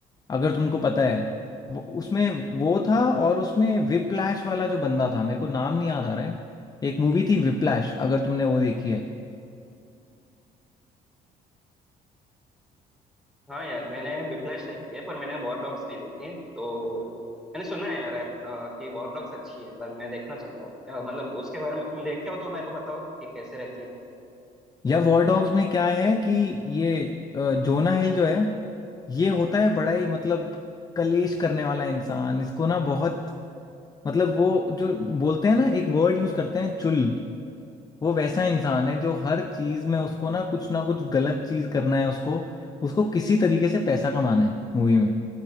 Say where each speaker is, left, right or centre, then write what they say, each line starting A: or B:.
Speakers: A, on the left; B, in the centre.
A: अगर तुमको पता है वो, उसमें वो था और उसमें विप्लैश वाला जो बंदा था मेरे को नाम नहीं याद आ रहा है एक मूवी थी विप्लैश अगर तुमने वो देखी है
B: हाँ यार मैंने विप्लैश देखी है पर मैंने वॉर डॉग्स नहीं देखी तो मैंने सुना है यार अ, कि वॉर डॉग्स अच्छी है पर मैं देखना चाहता हूँ अ, मतलब उसके बारे में तुम देखे हो तो मेरे को बताओ कि कैसे रहती है
A: या वॉर डॉग्स में क्या है कि ये अ, जोना हिल जो है ये होता है बड़ा ही मतलब कलेश करने वाला इंसान इसको ना बहुत मतलब वो जो बोलते हैं ना एक वर्ड यूज करते हैं चुल वो वैसा इंसान है जो हर चीज में उसको ना कुछ ना कुछ गलत चीज करना है उसको उसको किसी तरीके से पैसा कमाना है मूवी में